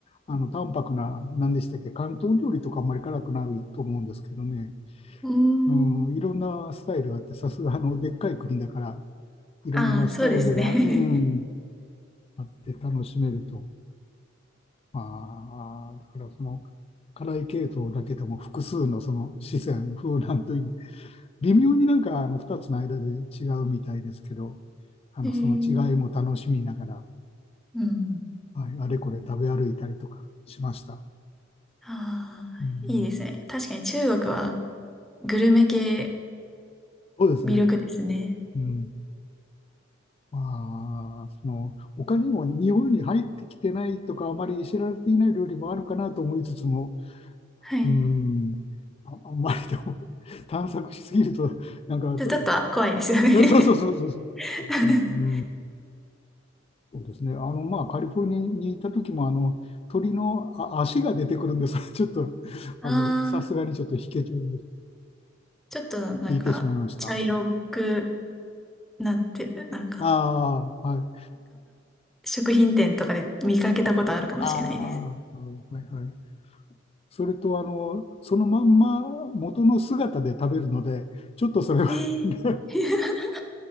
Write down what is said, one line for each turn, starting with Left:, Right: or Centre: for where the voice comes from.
Left: あの、淡白な、何でしたっけ、広東料理とかあんまり辛くないと思うんですけどね。
Centre: うーん。
Left: うん、いろんなスタイルがあって、さすがあの、でっかい国だから、いろんなスタイルが、
Centre: ああ、そうですね。
Left: うん、あって楽しめると、まあ、だからその辛い系統だけでも複数のその四川風なんというね微妙になんかあの2つの間で違うみたいですけどあのその違いも楽しみながら、
Centre: <laughs> えー、うん。
Left: はい、あれこれ食べ歩いたりとかしました。
Centre: ああ、
Left: うん、
Centre: いいですね。確かに中国はグルメ系
Left: そうですね、
Centre: 魅力ですね。
Left: うんまあ、その他にも日本に入ってきてないとかあまり知られていない料理もあるかなと思いつつも、
Centre: はい。
Left: うん、あ、あんまりでも <laughs> 探索しすぎるとなんかと
Centre: ちょ、ちょっと怖いですよね。
Left: えそうそうそうそうそうですね。
Centre: <laughs>
Left: うん、そうですね。あの、まあ、カリフォルニアにいた時も、あの、鳥のあ足が出てくるんです。<laughs> ちょっと、
Centre: ああ、
Left: あの、さすがにちょっと引けちゃいました。
Centre: ちょっとなんか茶色く
Left: 引いてしまいました。
Centre: なってる、なんか
Left: ああ、はい。
Centre: 食品店とかで見かけたことあるかもしれないです。
Left: ああ、うんはいはい。それと、あの、そのまんま元の姿で食べるので、ちょっとそれは
Centre: えー、
Left: <laughs> ね
Centre: <laughs>